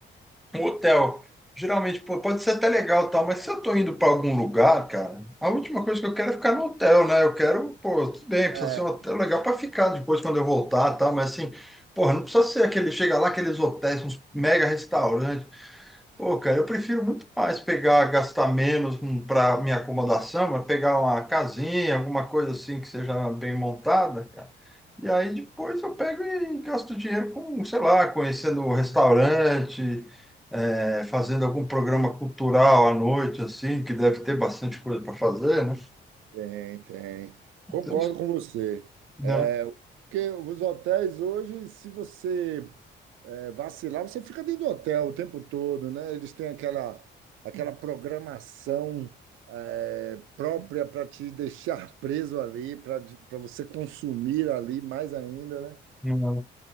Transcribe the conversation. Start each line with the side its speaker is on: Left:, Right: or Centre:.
Centre: um hotel, geralmente, pô, pode ser até legal, e tal, mas se eu tô indo para algum lugar, cara, a última coisa que eu quero é ficar no hotel, né? Eu quero, pô, tudo bem, precisa
Right: É,
Centre: ser um hotel legal para ficar depois quando eu voltar, tá? Mas assim, porra, não precisa ser aquele, chega lá, aqueles hotéis, uns mega restaurantes. Pô, cara, eu prefiro muito mais pegar, gastar menos para minha acomodação, mas pegar uma casinha, alguma coisa assim que seja bem montada, cara. E aí depois eu pego e gasto dinheiro com, sei lá, conhecendo um restaurante, eh, fazendo algum programa cultural à noite, assim, que deve ter bastante coisa para fazer, né?
Right: Tem, tem. Concordo
Centre: Então, isso-
Right: com você.
Centre: né?
Right: É, porque os hotéis hoje, se você é, vacilar, você fica dentro do hotel o tempo todo, né? Eles têm aquela, aquela programação é, própria para te deixar preso ali, para para você consumir ali mais ainda, né?
Centre: Não,